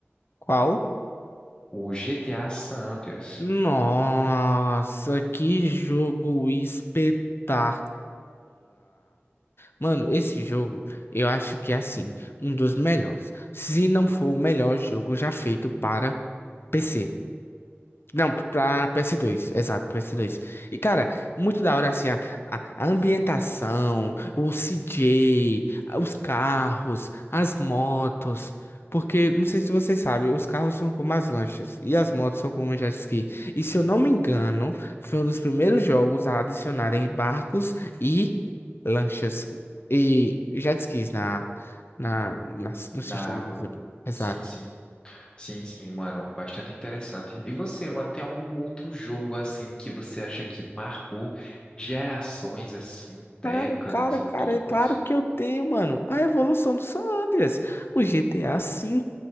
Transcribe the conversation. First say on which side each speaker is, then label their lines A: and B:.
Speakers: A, on the left (about 55°); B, on the left (about 20°).
A: Qual?
B: O GTA San Andreas,
A: Nossa, que jogo espetacular. Mano, esse jogo eu acho que é assim, um dos melhores, se não for o melhor jogo já feito para PC. Não, pra PS2, exato, PS2. E, cara, muito da hora, assim, a, a- a ambientação, o CJ, os carros, as motos. Porque, não sei se você sabe, os carros são como as lanchas e as motos são como jet ski. E, se eu não me engano, foi um dos primeiros jogos a adicionarem barcos e lanchas e jet skis na, na, na- no sistema
B: da água.
A: do jogo. Exato.
B: Sim, sim. Sim, sim, mano, bastante interessante. E você, mano, tem algum outro jogo assim que você acha que marcou gerações assim, décadas
A: Cara, cara,
B: e
A: cara,
B: tudo
A: é claro
B: mais?
A: que eu tenho, mano. A evolução do San Andreas, o GTA V,